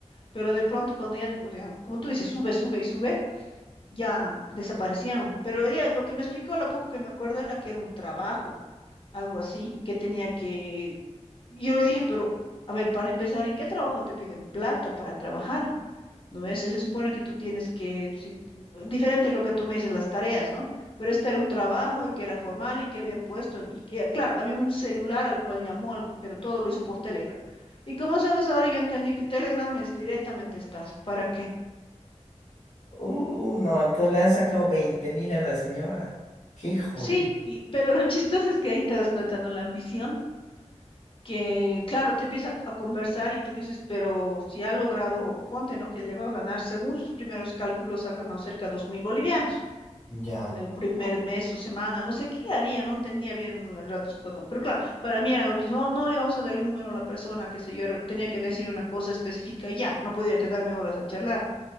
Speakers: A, on the left; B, on the left.
A: Pero de pronto cuando ya, o sea, como tú dices, sube, sube y sube, ya desaparecieron. Pero ella lo que me explicó, lo poco que me acuerdo era que era un trabajo, algo así, y que tenía que... Yo le dije, pero, a ver, para empezar, ¿en qué trabajo te piden plata para trabajar? ¿no ves? Se supone que tú tienes que, si, diferente es lo que tú me dices, las tareas, ¿no? Pero este era un trabajo y que era formal y que habían puesto, en- y que, claro, había un celular al cual llamó, al- pero todo lo hizo por Telegram. Y como sabes, ahora yo entendí que Telegram es directamente estafa, ¿para qué?
B: Uh, no, entonces le han sacado veinte mil a la señora. Qué jodido.
A: Sí, y, pero lo <laughs> chistoso es que ahí te das cuenta, ¿no? La ambición, que claro, te empieza a conversar y tú dices, pero si ha logrado, ponte, ¿no? Que llegó a ganar, según sus primeros cálculos, ha ganado cerca de dos mil bolivianos.
B: Ya,
A: en el primer mes o semana, no sé qué haría, no entendía bien los ratos cuando, pero claro, para mí era lo mismo, no, no le vamos a dar el número a la persona, qué sé yo, era- tenía que decirle una cosa específica y ya, no podía quedarme horas a charlar.